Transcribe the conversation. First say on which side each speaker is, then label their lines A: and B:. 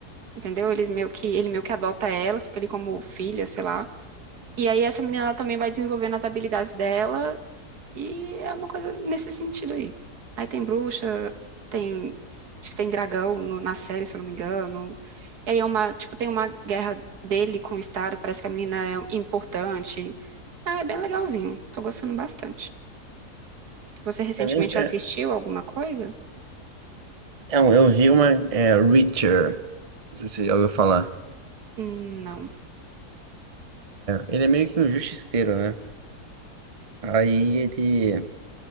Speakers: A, on the right; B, on the right.
A: entendeu? Eles meio que, ele meio que adota ela, fica ali como filha, sei lá. E aí essa menina ela também vai desenvolvendo as habilidades dela e é uma coisa nesse sentido aí. Aí tem bruxa, tem acho que tem dragão no- na série, se eu não me engano. E aí é uma, tipo, tem uma guerra dele com o Estado, parece que a menina é importante. Ah, é bem legalzinho. Tô gostando bastante. Você recentemente
B: É, meio- é,
A: assistiu alguma coisa?
B: é um- eu vi uma, é, Reacher. Não sei se você já ouviu falar.
A: Hum, Não.
B: Ele é meio que um justiceiro, né? Aí ele,